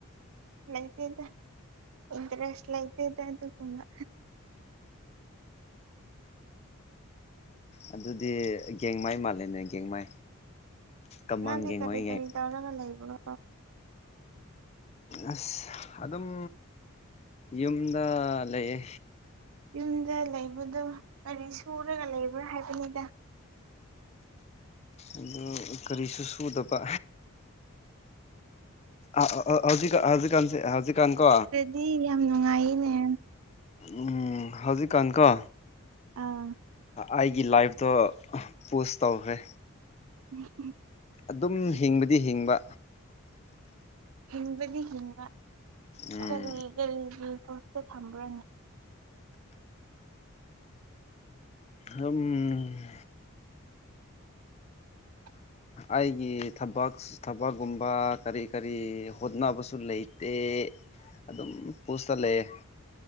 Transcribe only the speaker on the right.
ꯂꯩꯇꯦꯗ ꯏꯟꯇꯔꯦꯁ ꯂꯩꯇꯗ ꯑꯗꯨꯒꯨꯝꯕ
ꯅꯪꯗꯤ
ꯀꯔꯤ ꯀꯔꯤ
ꯇꯧꯔꯒ ꯂꯩꯕꯔꯣ
ꯌꯨꯝꯗ ꯂꯩꯕꯗꯨ ꯀꯔꯤ ꯁꯨꯔꯒ ꯂꯩꯕ꯭ꯔꯥ ꯍꯥꯏꯕꯅꯤꯗ
ꯗꯤ ꯔꯥꯝ ꯅꯨꯡꯉꯥꯏꯌꯤꯅꯦ
ꯑꯥ
<inaudible>
ꯍꯤꯡꯕꯗꯤ ꯍꯤꯡꯕ
ꯀꯔꯤ ꯀꯔꯤꯒꯤ ꯄꯣꯁꯇ ꯊꯝꯕ꯭ꯔꯥꯅꯦ
<inaudible>